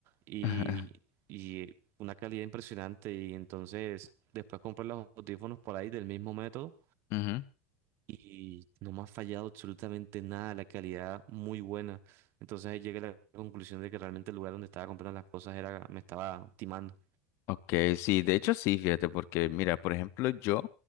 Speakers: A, on the right; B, on the left.
A: Y,
B: <laughs>
A: y una calidad impresionante. Y entonces después compré los audífonos por ahí del mismo método.
B: ujú.
A: Y no me ha fallado absolutamente nada, la calidad muy buena. Entonces ahí llegué a la conclusión de que realmente el lugar donde estaba comprando las cosas era, me estaba timando.
B: Ok, sí, de hecho sí, fíjate, porque mira, por ejemplo, yo,